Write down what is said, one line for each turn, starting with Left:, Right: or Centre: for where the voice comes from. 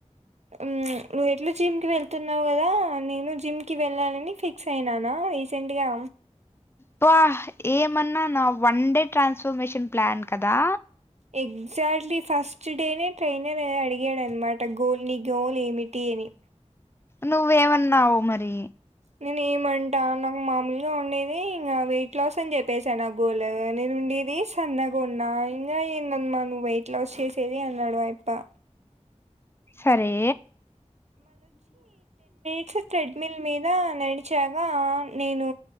Right: మ్ నువ్వు ఎట్లు జిమ్ కి వెళ్తున్నావు కదా నేను జిమ్ కి వెళ్ళాలని ఫిక్స్ అయినానా రీసెంట్గా.
Left: బ్బ ఏమన్ననా వన్ డే ట్రాన్స్ఫార్మేషన్ ప్లాన్ కదా.
Right: ఎగ్జాక్ట్లీ ఫస్ట్ డేనే ట్రైనర్ అడిగాడనమాట గోల్ నీ గోల్ ఏమిటి అని.
Left: నువ్వేమన్నావు మరి?
Right: నేను ఏమంటా నాకు మామూలుగా ఉండేది ఇంగ వెయి ట్లాస్ అని చెప్పేసా నా గోల్ నేను ఉండేదే సన్నగున్నా ఇంగా ఏందమ్మా నువ్వు వెయిట్ లాస్ చేసి ఇది అన్నాడు అయి ప
Left: సరే
Right: అస ట్రెడ్మిల్ మీద నడిచాగా నేను